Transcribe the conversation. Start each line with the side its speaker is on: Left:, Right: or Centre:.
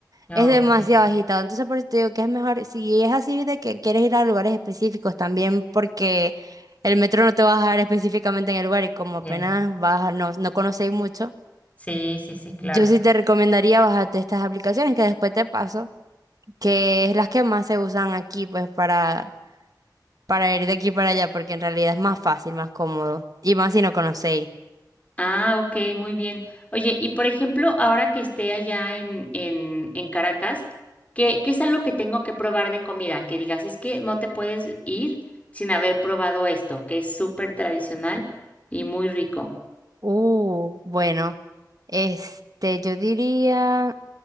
Left: Ah,
Right: Es demasiado
Left: Ok,
Right: agitado, entonces por eso te digo que es mejor, si es así de que quieres ir a lugares específicos también, porque el metro no te va a dejar específicamente en el lugar y como apenas
Left: ok.
Right: vas, no, no conocéis mucho,
Left: Sí, sí, sí, claro.
Right: yo sí te recomendaría bajarte estas aplicaciones que después te paso, que es las que más se usan aquí, pues para, para ir de aquí para allá, porque en realidad es más fácil, más cómodo, y más si no conocéis.
Left: Ah, ok, muy bien. Oye, y por ejemplo, ahora que esté allá en, en, en Caracas, ¿qué, qué es algo que tengo que probar de comida? Que digas, es que no te puedes ir sin haber probado esto, que es súper tradicional y muy rico.
Right: Uh, bueno, este, yo diría,